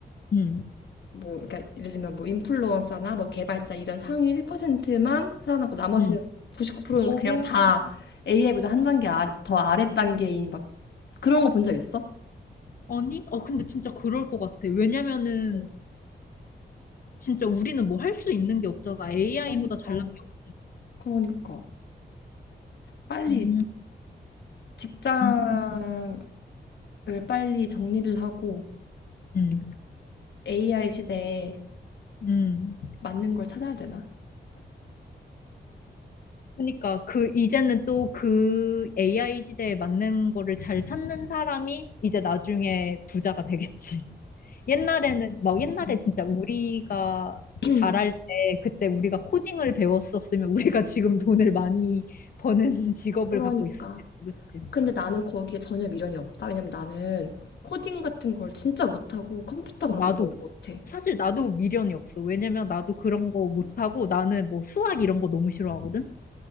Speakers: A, on the left; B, on the left.
A: 응,
B: 뭐 그러니까 예를 들면 뭐 인플루언서나 뭐 개발자 이런 상위 1%만 살아남고 나머지는
A: 응.
B: 99%는
A: 오,
B: 그냥 다 AI보다 한 단계 아래, 더 아래 단계인 막 그런 거 본 적 있어?
A: 아니? 아, 근데 진짜 그럴 것 같아. 왜냐면은,
B: 어,
A: 진짜 우리는 뭐 할 수 있는 게 없잖아. AI보다
B: 그러니까.
A: 잘난 게 없어.
B: 그러니까 빨리
A: 음,
B: 직장을
A: 음,
B: 빨리 정리를 하고
A: 음,
B: AI 시대에
A: 음.
B: 맞는 걸 찾아야 되나?
A: 그러니까 그 이제는 또 그 AI 시대에 맞는 거를 잘 찾는 사람이 이제 나중에 부자가 되겠지. 옛날에는 막 옛날에
B: 음,
A: 진짜 우리가
B: <clears throat> 음.
A: 잘할 때 그때 우리가 코딩을 배웠었으면 우리가 지금 돈을 많이 버는 <laughs> 직업을
B: 그러니까.
A: 갖고 있었겠지, 그치?
B: 근데 나는 거기에 전혀 미련이 없다. 왜냐면 나는 코딩 같은 걸 진짜 못하고 컴퓨터
A: 어,
B: 그런
A: 나도.
B: 거 너무 못해.
A: 사실 나도 미련이 없어. 왜냐면 나도 그런 거 못하고 나는 뭐 수학 이런 거 너무 싫어하거든?